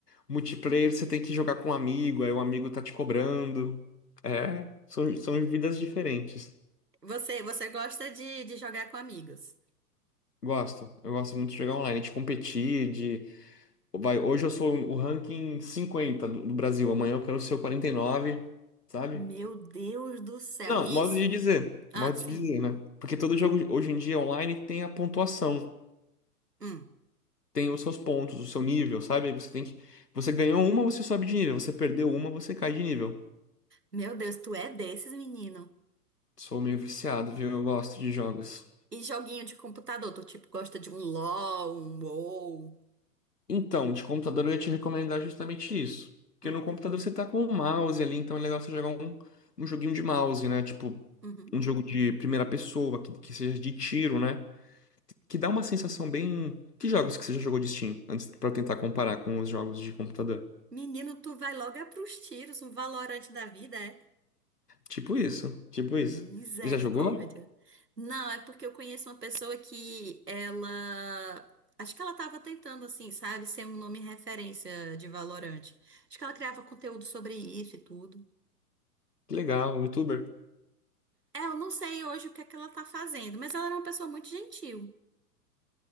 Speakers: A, on the left (about 80°); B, on the right (about 90°).
A: Multiplayer, você tem que jogar com um amigo, aí o amigo tá te cobrando. É, são, são vidas diferentes.
B: Você, você gosta de, de jogar com amigos?
A: Gosto, eu gosto muito de jogar online, de competir, Vai, hoje eu sou o ranking 50 do, do Brasil, amanhã eu quero ser o quarenta e nove sabe?
B: Meu Deus do céu.
A: Não,
B: Isso?
A: modo de dizer,
B: Ah,
A: modo
B: sim.
A: de dizer, né? Porque todo jogo hoje em dia online tem a pontuação,
B: Hum.
A: tem os seus pontos, o seu nível, sabe? Aí Você tem que, você ganhou uma, você sobe de nível, você perdeu uma, você cai de nível.
B: Meu Deus, tu é desses, menino.
A: Sou meio viciado, viu? Eu gosto de jogos.
B: E joguinho de computador, tu tipo gosta de um LOL, um WoW.
A: Então, de computador eu ia te recomendar justamente isso. Porque
B: Hum,
A: no computador você tá com o mouse ali, então é legal você jogar um, um joguinho de mouse, né? Tipo,
B: uhum.
A: um jogo de primeira pessoa, que, que seja de tiro, né? Que dá uma sensação bem. Que jogos que você já jogou de Steam? Antes, pra eu tentar comparar com os jogos de computador.
B: Menino, tu vai logo é pros tiros, um valorante da vida, é?
A: Tipo isso, tipo isso.
B: Misericórdia.
A: Você já jogou?
B: Não, é porque eu conheço uma pessoa que ela. Acho que ela tava tentando, assim, sabe, ser um nome referência de valorante. Acho que ela criava conteúdo sobre isso e tudo.
A: Que legal, um youtuber?
B: É, eu não sei hoje o que é que ela tá fazendo, mas ela era uma pessoa muito gentil.